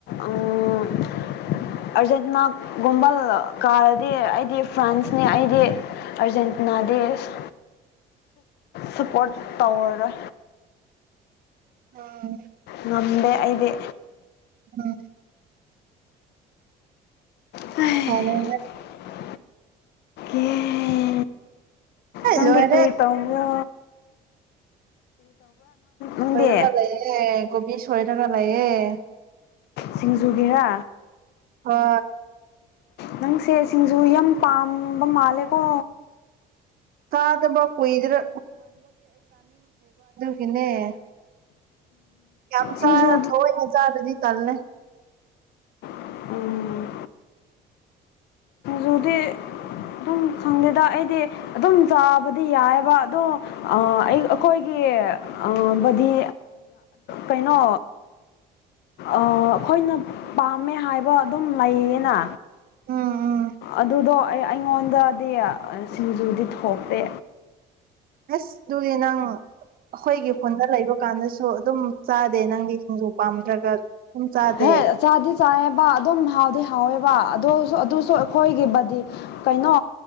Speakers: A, on the left (about 80°); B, on the right (about 60°).
A: ꯑꯔꯖꯦꯟꯇꯤꯅꯥꯒꯨꯝꯕ ꯀꯥꯔꯗꯤ ꯑꯩꯗꯤ ꯐ꯭ꯔꯥꯟꯁꯅꯤ ꯑꯩꯗꯤ ꯑꯔꯖꯦꯟꯇꯤꯅꯥ ꯗꯦꯁ ꯁꯄꯣꯔꯠ ꯇꯋꯥꯔ
B: ꯑꯣ
A: ꯉꯝꯗꯦ ꯑꯩꯗꯤ
B: ꯎꯝ
A: ꯍ
B: ꯐꯔꯦ
A: ꯑꯦ ꯅꯗꯤ
B: ꯂꯣꯏꯔꯦ
A: ꯀ ꯇꯕꯣ ꯅꯪꯗꯤ
B: ꯁꯣꯏ ꯇꯀꯥ ꯂꯩꯑꯌꯦꯦ ꯀꯣꯕꯤ ꯁꯣꯏ ꯇꯀꯥ ꯂꯑꯌꯦꯦ
A: ꯁꯤꯡꯖꯨꯒꯤꯔꯥ
B: ꯍ
A: ꯅꯪ ꯁꯦꯁꯤꯡꯖ ꯌꯥꯝ ꯄꯥꯝꯕ ꯃꯥꯜꯂꯦꯀꯣ
B: ꯆꯥꯗꯕ ꯀꯨꯏꯗ꯭ꯔ ꯁꯤꯅꯦ ꯀ ꯆꯥ
A: ꯁꯤꯡꯖꯨ
B: ꯊꯣꯛꯣꯏ ꯅ ꯆꯥ ꯑꯗꯨꯖꯤ ꯀꯂ
A: ꯎꯝ ꯖꯗꯤ ꯑꯗꯨꯝ ꯈꯪꯗꯦꯗ ꯑꯩꯗꯤ ꯑꯗꯨꯝ ꯆꯥꯕꯗꯤ ꯌꯥꯏꯑꯕ ꯑꯗꯣ ꯑꯩꯈꯣꯏꯒꯤ ꯕꯗꯤ ꯀꯩꯅꯣ ꯑꯩꯈꯣꯏꯅ ꯄꯥꯝꯃꯦ ꯍꯥꯏꯕ ꯑꯗꯨꯝ ꯂꯩꯌꯦꯅ
B: ꯎꯝ ꯎꯝ
A: ꯑꯗꯨꯗꯣ ꯑꯩ ꯑꯩꯉꯣꯟꯗꯗꯤ ꯁꯤꯡꯖꯨꯗꯤ ꯊꯣꯛꯇꯦ
B: ꯑꯁ ꯗꯔꯤꯅꯉ ꯑꯩꯈꯣꯏꯒꯤ ꯈꯨꯟꯗ ꯂꯩꯕ ꯀꯥꯟꯗꯁꯨ ꯑꯗꯨꯝ ꯆꯥꯗꯦ ꯅꯪꯒꯤ ꯈꯣꯡꯖꯨ ꯄꯥꯝꯗ꯭ꯔꯒ ꯑꯗꯨꯝ ꯆꯥꯗꯦ
A: ꯍꯦ ꯆꯗꯤ ꯆꯥꯏꯑꯕ ꯑꯗꯨꯝ ꯍꯥꯎꯗꯤ ꯍꯥꯎꯋꯦꯕ ꯑꯗꯨꯁꯨ ꯑꯗꯨꯁꯨ ꯑꯩꯈꯣꯏꯒꯤꯕꯨꯗꯤ ꯀꯩꯅꯣ